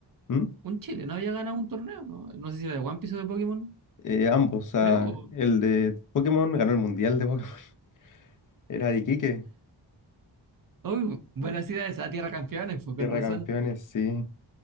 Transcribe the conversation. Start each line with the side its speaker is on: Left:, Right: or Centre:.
Left: ¿Mm?
Right: un Chile no había ganado un torneo, ¿no? No sé si era de One Piece o de Pokémon,
Left: Eh, ambos, o sea,
Right: creo.
Left: el de Pokémon ganó el mundial de Pokémon. <laughs> Era de Iquique,
Right: Uy, Buena ciudad esa Tierra Campeones, pues
Left: Tierra
Right: con razón.
Left: de Campeones, sí.